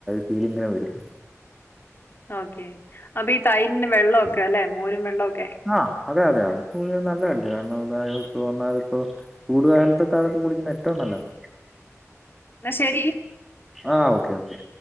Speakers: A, in the centre; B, on the left.
A: ഫീലിങ്ങനെ വരും
B: ഓക്കേ അപ്പൊ ഈ തൈരിന്റെ വെള്ളമൊക്കെ അല്ലെ മോരും വെള്ളമൊക്കെ
A: ആഹ് അതെ അതെ അതെ കൂഴ നല്ലതല്ല കാരണം ഇതായ വന്നാല് ഇപ്പോ ചൂടുകാലത്തൊക്കെ അതൊക്കെ കുടിക്കുന്ന ഏറ്റവും നല്ലതാണ്
B: എന്ന ശരി
A: ആഹ് ഓക്കേ ഓക്കേ